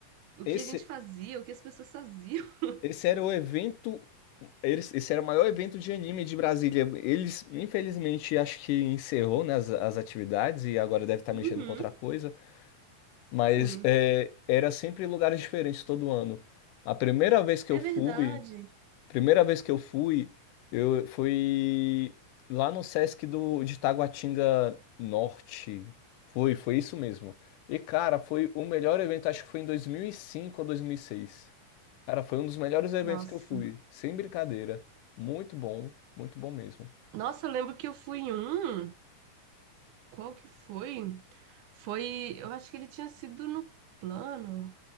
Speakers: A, on the right (about 75°); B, on the left (about 80°).
A: o
B: Esse,
A: que a gente fazia, o que as pessoas faziam. <laughs>
B: esse era o evento. eles- Esse era o maior evento de anime de Brasília. Eles, infelizmente, acho que encerrou, né, as, as atividades e agora deve estar
A: Uhum,
B: mexendo com outra coisa. Mas
A: sim,
B: é, era sempre em lugares diferentes todo ano. A primeira vez que
A: é
B: eu fui,
A: verdade.
B: primeira vez que eu fui, eu fui lá no Sesc do, de Taguatinga Norte. Foi, foi isso mesmo. E, cara, foi o melhor evento, acho que foi em 2005 ou 2006. Cara, foi um dos melhores eventos
A: Nossa.
B: que eu fui, sem brincadeira. Muito bom, muito bom mesmo.
A: Nossa, eu lembro que eu fui em um. Qual que foi? Foi. Eu acho que ele tinha sido no plano.